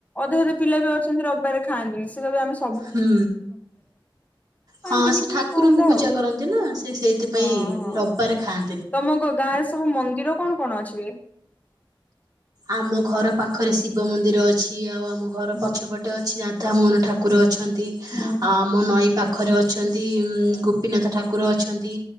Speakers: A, on the left (about 15°); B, on the right (about 50°).
A: ଅଧେ ଅଧେ ପିଲା ବି ଅଛନ୍ତି ରବିବାରେ ଖଆନ୍ତିନି। ସେ କହିବେ ଆମେସ
B: ହୁଁ
A: ଖାଆନ୍ତିନି
B: ହଁ ସେ
A: କିଏ
B: ଠାକୁରଙ୍କୁ
A: କୋଉଟା
B: ପୂଜା
A: ଆଉ
B: କରନ୍ତି ନା ସେ ସେଇଥିପାଇଁ
A: ହଁ ହଁ।
B: ରବବାରେ ଖାଆନ୍
A: ତମ ଗ-ଗାଁ ରେ ସବୁ ମନ୍ଦିର କଣ? କଣ ଅଛି ବେ?
B: ଆମ ଘର ପାଖରେ ଶିବ ମନ୍ଦିର ଅଛି ଆଉ ଆଉ ଆମ ଘର
A: ହୁଁ
B: ପଛପଟେ ଅଛି ରା ତା ମୁଁହରେ ଠାକୁର ଅଛ। ଅନ୍ତି
A: ହୁଁ ହୁଁ
B: ଆ-ଆମ ନଈ ପାଖ୍ ପାଖରେ ଅଛନ୍ତି ଇମ୍ ଗୋପୀନାଥ ଠାକୁର ଅଛନ୍ତି।